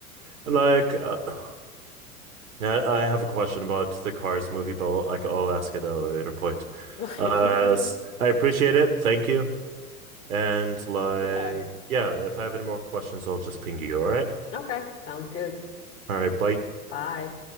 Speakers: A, on the right; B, on the left.
A: Like, uh, <sighs> I I have a question about the Cars movie, but I'll, I c- I'll ask it at a later point.
B: <laughs>
A: Uh, s- I appreciate it. Thank you. And like,
B: Yeah.
A: yeah, if I have any more questions, I'll just ping you. All right.
B: Okay. Sounds good.
A: All right. Bye.
B: Bye.